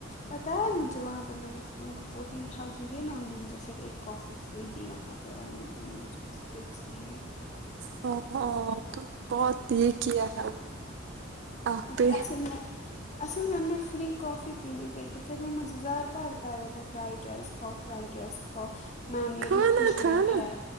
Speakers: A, on the left (about 35°); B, on the right (about 60°).
A: پتا ہے مجھے وہاں پہ میں نے ان کو فورٹین تھاؤزینڈ دے نا ان نے مجھے پھر ایک کافی فرید وہاں پہ اور میں انہیں نے مجھے بسکٹس دیے
B: ہ ہاں تو بہت یہ کیا ہے آپ
A: مطلب
B: پہ
A: اصل میں اصل میں میں فری کافی پینے گئی تھی پھر وہ مجھے زار پار کر رہے تھا فرائڈ رائس کھاؤ فرائڈ رائس کھاؤ میم یہ
B: کھانا
A: ریفریشمنٹ
B: تھا نا
A: ہے